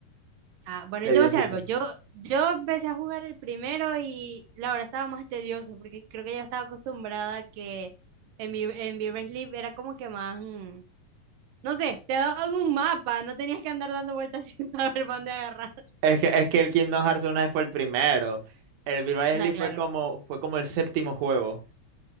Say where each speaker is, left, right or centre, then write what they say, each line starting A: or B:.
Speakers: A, on the right; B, on the right.
A: Ah, bueno,
B: Tediosísimo.
A: yo voy a decir algo. Yo, yo empecé a jugar el primero y la verdad estaba más tedioso porque creo que yo estaba acostumbrada a que en, Vi- en Viver Sleep era como que más... mm, no sé, te daban un mapa, no tenías que andar dando vueltas <laughs> sin saber para dónde agarrar.
B: Es que, es que el Kingdom Hearts uno fue el primero. El Birth
A: Nada,
B: Sleep
A: claro.
B: fue como, fue como el séptimo juego.